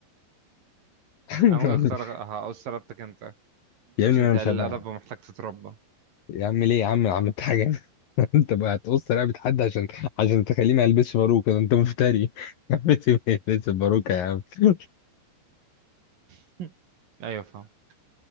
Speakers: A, on the left; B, on the right.
A: <laughs>
B: انا ممكن اختار هقول سربتك انت
A: يا ابني
B: عشان
A: ما انا
B: تقلل
A: مش هبقى
B: الادب ومحتاج تتربى
A: يا عم ليه يا عم أنا عملت حاجه <laughs> انت بقى هتقص رقبه حد عشان عشان تخليه ما يلبسش باروكه ده انت مفتري <laughs> يا عم ما يلبسش باروكه يا عم <laughs>
B: <laughs> ايوه فاهم